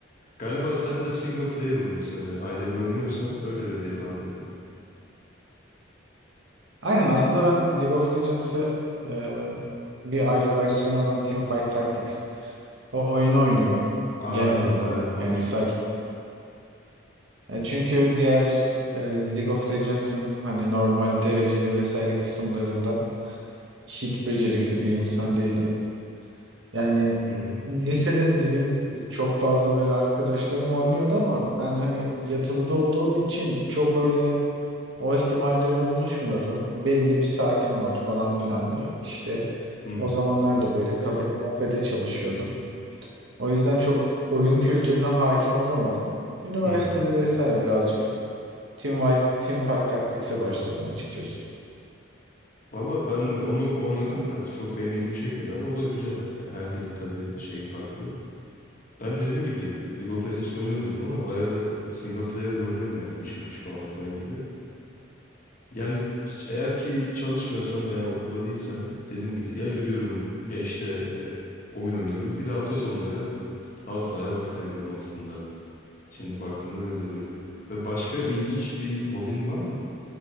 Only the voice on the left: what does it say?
Galiba sen de single player oynuyorsun. Hani ayda bir oynuyorsan öyledir diye tahmin ediyorum.
Aa
evet o
da çok
güzel.
Hı hı.
Hı hı.
Hı hı.
Valla ben de onu oynadım
biraz. Çok benim ilgimi çekmedi ama o da güzel. Yani Herkesin tabii şeyi farklı. Ben dediğim gibi League of Legends oynuyorum dedim ama bayağı da single player de oynuyorum yani. Witcher 3 falan filan gibi. Yani ç- eğer ki çalışmıyorsam veya okulda değilsem dediğim gibi ya yürüyorum ya işte e, oyun oynuyorum. Bir de hafta sonları halı sahaya vakit ayırıyorum aslında. Şimdi baktığımda öyle duruyor. Ve başka ilginç bir hobin var mı?